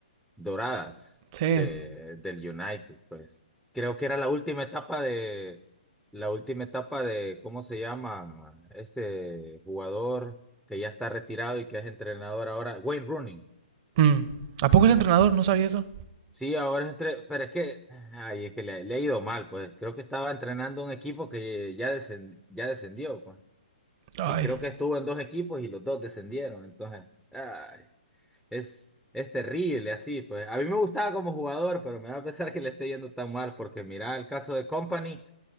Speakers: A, in the centre; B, on the right.
A: doradas
B: sí.
A: de, del United, pues. Creo que era la última etapa de, la última etapa de, ¿cómo se llama? Este jugador que ya está retirado y que es entrenador ahora, Wayne Rooney.
B: Mm. ¿A poco es entrenador? No sabía eso.
A: Sí, ahora es entre, pero es que, ay, es que le, le ha ido mal, pues. Creo que estaba entrenando un equipo que ya, descend- ya descendió, pues.
B: Ay.
A: Y creo que estuvo en dos equipos y los dos descendieron. Entonces, ay, es, es terrible así, pues. A mí me gustaba como jugador, pero me da a pesar que le esté yendo tan mal, porque mira el caso de Company,